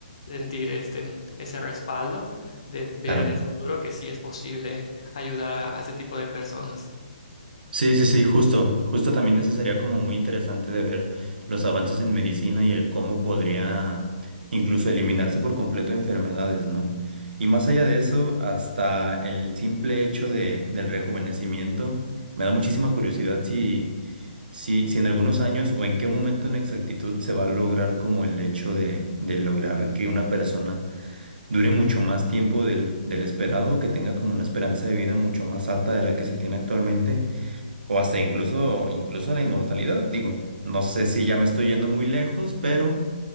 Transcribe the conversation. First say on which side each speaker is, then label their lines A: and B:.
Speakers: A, on the left (about 35°); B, on the right (about 65°).
A: Sentir este, ese respaldo de ver
B: Claro.
A: en el futuro que sí es posible ayudar a, a ese tipo de personas.
B: Sí, sí, sí, justo, justo también ese sería como muy interesante de ver los avances en medicina y el cómo podría incluso eliminarse por completo enfermedades, ¿no? Y más allá de eso, hasta el simple hecho de, del rejuvenecimiento, me da muchísima curiosidad si, si, si en algunos años o en qué momento en exactitud se va a lograr como el hecho de, de lograr que una persona dure mucho más tiempo del, del esperado o que tenga como una esperanza de vida mucho más alta de la que se tiene actualmente o hasta incluso, incluso la inmortalidad, digo. No sé si ya me estoy yendo muy lejos, pero,